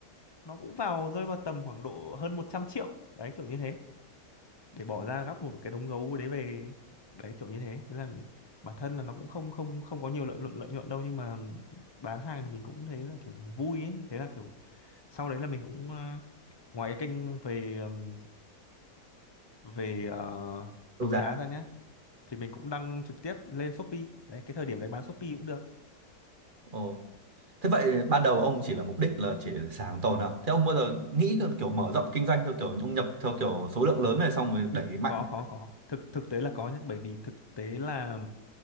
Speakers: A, on the left; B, on the right.
A: nó cũng vào rơi vào tầm khoảng độ hơn 100 triệu đấy kiểu như thế để bỏ ra gấp một cái đống gấu đấy về đấy kiểu như thế thế là bản thân là nó cũng không không không có nhiều lợi nhuận lợi nhuận đâu nhưng mà bán hàng thì mình cũng thấy là kiểu mình vui ấy thế là kiểu sau đấy là mình cũng ờ, ngoài cái kênh về ừm, về ờ,
B: đấu
A: đấu
B: giá
A: giá ra nhá thì mình cũng đăng trực tiếp lên Shopee đấy cái thời điểm đấy bán Shopee cũng được
B: ồ thế vậy ban đầu ông chỉ là mục đích là chỉ sàn hàng tồn à thế ông bao giờ nghĩ kiểu mở rộng kinh doanh theo kiểu ông nhập theo kiểu số lượng lớn này xong rồi đẩy mạnh
A: có có có thực thực tế là có nhé bởi vì thực tế là